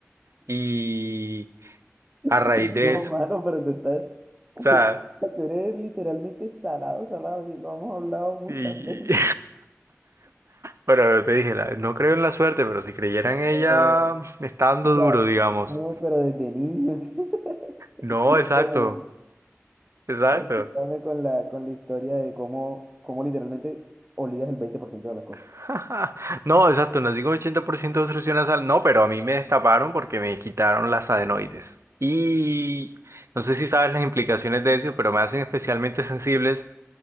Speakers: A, on the right (about 65°); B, on the right (about 25°).
A: y a
B: <laughs>
A: raíz de
B: No,
A: eso,
B: mano,
A: o
B: pero tú estás,
A: sea...
B: <laughs> tú eres literalmente salado, salado, y lo hemos hablado muchas
A: Y...
B: <laughs> veces.
A: <laughs> Pero te dije, la- no creo en la suerte, pero si creyera en ella,
B: Pero,
A: está dando
B: o sea,
A: duro, digamos.
B: no, pero desde niños, <laughs>
A: No, exacto,
B: pero
A: exacto.
B: continuame con la, con la historia de cómo, cómo literalmente olías el 20% de las cosas.
A: <laughs> No, exacto, nací con 80% de obstrucción nasal. No, pero a mí me destaparon porque me quitaron las adenoides. Y no sé si sabes las implicaciones de eso, pero me hacen especialmente sensibles